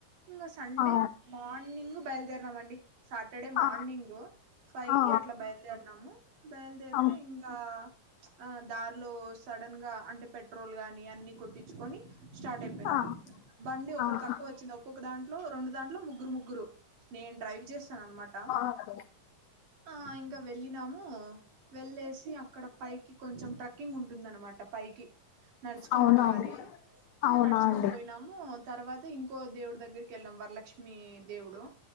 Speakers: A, on the right; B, on the left.
A: ఇంగ సండే
B: ఆ
A: మార్నింగ్ బయలుదేరినాం అండి సాటర్డే మార్నింగ్
B: ఆ
A: ఫైవ్
B: ఆ
A: కి అట్లా బయలుదేరినాము బయలుదేరితే
B: ఆ
A: ఇ ఇంగా ఆ దారిలో సడన్ గా అంటే పెట్రోల్ గాని అన్ని కొట్టించుకొని స్టార్ట్ అయిపోయినాము
B: ఆ
A: బండి ఒకరు
B: ఆహా
A: తక్కువ వచ్చింది ఒక ఒక్కొక దాంట్లో రెండు దాంట్లో ముగ్గురు ముగ్గురు నేను డ్రైవ్ చేస్తాను అన్నమాట
B: ఆ అండి
A: ఆ ఇంకా వెళ్ళినాము వెళ్ళేసి అక్కడ పైకి కొంచెం ట్రక్కింగ్ ఉంటుంది అనమాట పైకి నడుచుకొని
B: అవునా
A: పోవాలి
B: అండి
A: ఇంగ
B: అవునా
A: నడుచుకొని
B: అండి
A: పోయినా ఉ తర్వాత ఇంకో దేవుడి దగ్గరికి వెళ్ళాం వరలక్ష్మి దేవుడు